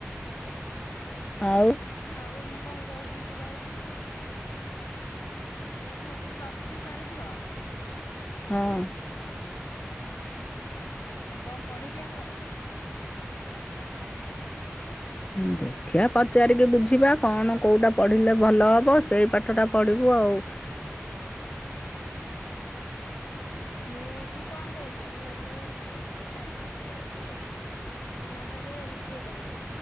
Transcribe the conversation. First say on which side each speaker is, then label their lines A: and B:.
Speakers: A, on the left; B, on the left.
A: ଆଉ
B: ଆଉ ମୁଁ କଣ କହୁଥିଲି କହିଲୁ ମୁଁ କହିଲି ମୋର ତ ପ୍ଲସ ଥ୍ରୀ ସରିଯିବ
A: ହଁ।
B: ଏ କଣ ପଢିବି ୟା ପରେ?
A: ଉଁ ଦେ ଦେଖିଆ ପଚାରିକି ବୁଝିବା କଣ କୋଉଟା ପଢିଲେ ଭଲ ହବ। ସେଇ ପାଠଟା ପଢିବୁ ଆଉ।
B: ମୁଁ ତୁ କଣ କହୁଚୁ ତୁ? ମୁଁ ଭାବୁଚି ଫାର୍ମାସି କରିବି। ନହେଲେ ଏମ୍ ସିଏ କରିବି।